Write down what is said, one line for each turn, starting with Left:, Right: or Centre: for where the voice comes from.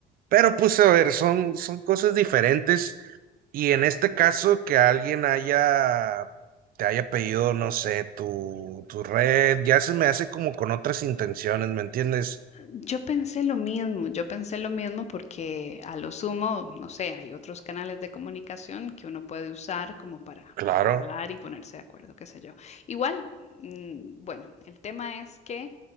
Right: pero pues, a ver, son, son cosas diferentes. Y en este caso que alguien haya, te haya pedido, no sé, tu, tu red, ya se me hace como con otras intenciones, ¿me entiendes?
Left: Yo pensé lo mismo, yo pensé lo mismo porque a lo sumo, no sé, hay otros canales de comunicación que uno puede usar como para,
Right: Claro,
Left: para hablar y ponerse de acuerdo, qué sé yo. Igual, mm, bueno, el tema es que,